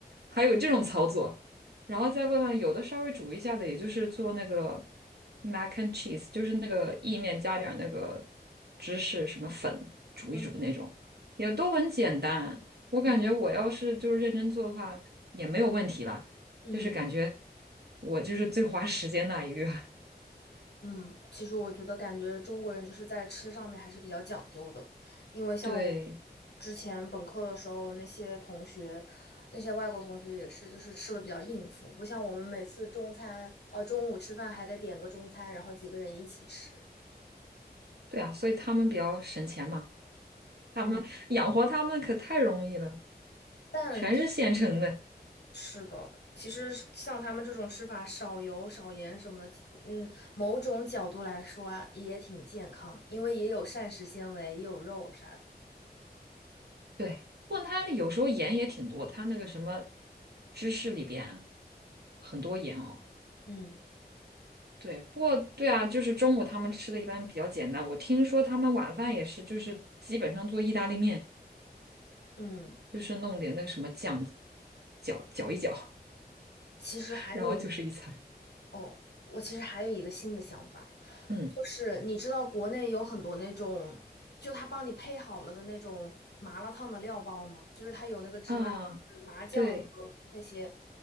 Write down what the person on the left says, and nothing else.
嗯
嗯
嗯
嗯，其实我觉得感觉中国人就是在吃上面还是比较讲究的，
因为像我
之前本科的时候，那些同学，那些外国同学也是，就是吃的比较应付，不像我们每次中餐，呃，中午吃饭还得点个中餐，然后几个人一起吃。
嗯，但。
是的，其实像他们这种吃法，少油、少盐什么的，嗯，某种角度来说啊，也挺健康，因为也有膳食纤维，也有肉啥的。
嗯
嗯，
其实还有一
哦，我其实还有一个新的想法，
就是你知道国内有很多那种，就他帮你配好了的那种麻辣烫的料包吗？就是它有那个芝麻
麻酱和那些，